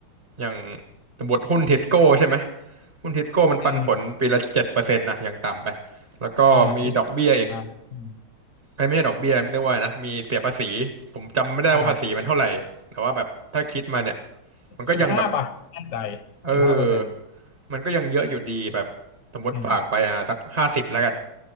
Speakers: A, on the right; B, on the left.
A: อย่างสมมติหุ้นทิสโก้ใช่ไหมหุ้นทิสโก้มันปันผลปีละเจ็ดเปอร์เซ็นต์นะอย่างต่ำไป
B: อืม
A: แล้วก็มีดอกเบี้ยอีก
B: อ่าที่สอ่าอืม
A: ไอ้ยไม่ใช่ดอกเบี้ยเรียกว่าไงนะมีเสียภาษีผมจำไม่ได้ว่าภาษีมันเท่าไหร่แต่ว่าแบบถ้าคิดมาเนี่ย
B: อ่า
A: มันก็ยังแบบ
B: สิบห้าป่ะไม่แน่ใจ
A: เออ
B: สิบห้าเปอร์เซ็นต์
A: มันก็ยังเยอะอยู่ดีแบบสมมติฝากไปอ่ะสักห้าสิบแล้วกัน
B: อืม